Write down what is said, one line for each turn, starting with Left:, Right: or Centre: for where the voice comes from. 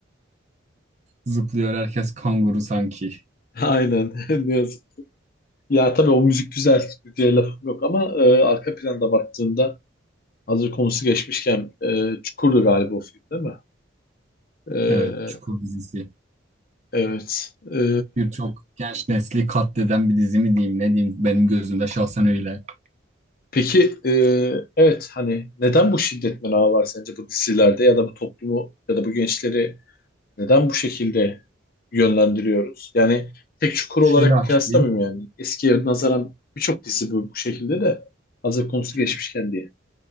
Right: zıplıyor herkes kanguru sanki.
Left: <laughs> Aynen <laughs> ne yazık. Ya tabii o müzik güzel, güzel lafım yok ama e, arka planda baktığında hazır konusu geçmişken e, Çukur'du galiba o film değil mi? E,
Right: Evet, Çukur dizisi.
Left: evet. E,
Right: Birçok genç nesli katleden bir dizi mi diyeyim ne diyeyim benim gözümde şahsen öyle.
Left: Peki e, evet hani neden bu şiddet menağı var sence bu dizilerde ya da bu toplumu ya da bu gençleri neden bu şekilde yönlendiriyoruz? Yani tek çukur
Right: Şöyle
Left: olarak
Right: açıklayayım.
Left: kıyaslamıyorum yani. Eskiye nazaran birçok dizi bu, bu şekilde de hazır konusu
Right: Ş-
Left: geçmişken diye.